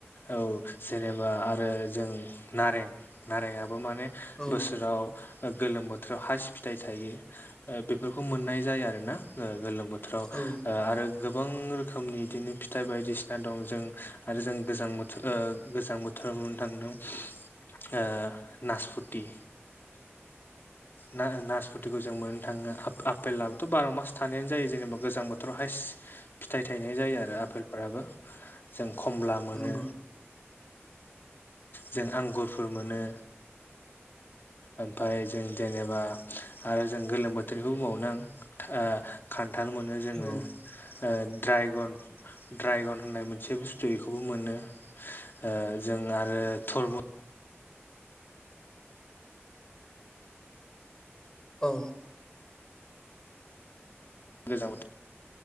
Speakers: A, on the left; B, on the left.
A: औ जेनेबा आरो जों नारें नारें बो माने
B: औ
A: बोसोराव गोलोम बोथोराव हायस फिथाइ थायो ओ बेफोरखौ मोननाय जायो आरो ना गोलोम बोथ थोराव
B: औ
A: ओ आरो गोबां रो खोमनि बिदिनो फिथाइ बायदिसिना दं जों आरो जों गोजां बोथोर ओ गोजां बोथोराव मोननो थाङो ओ नासफुति ना ओ नासपुतिखौ जों मोननो थाङो आफ आफेलाबोथ बार मास थानायानो जा जायो जेनेबा गोजां बोथोराव हायस फिथाइ थायनाय जायो आरो आफेलफोराबो जों खमला मोनो।
B: औ नंगौ
A: जों आंगुरफोर मोनो। ओमफाय जों देनेबा आरो जों गोलोम बोथोरनिखौ बुंबावनो आं ओ खान थाल मोनो जोङो।
B: औ
A: ओ ड्रायगन ड्रायगन होननाय मोनसे बुस्थु बेखौबो मोनो ओ जों आरो थरमु <unintelligible> <unintelligible>
B: औ
A: जों